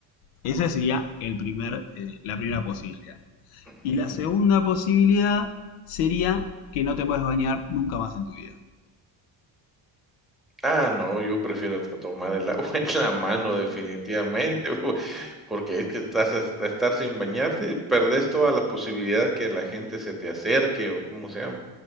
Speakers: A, on the left; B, in the centre.
A: Esa sería el primer, eh, la primera posibilidad.
B: ujú.
A: Y la segunda posibilidad sería que no te puedes bañar nunca más en tu vida.
B: Ah, no, yo prefiero t tomar el agua en la mano definitivamente, <laughs> Porque es que estás a a estar sin bañarte, perdés toda la posibilidad que la gente se te acerque o cómo se llama,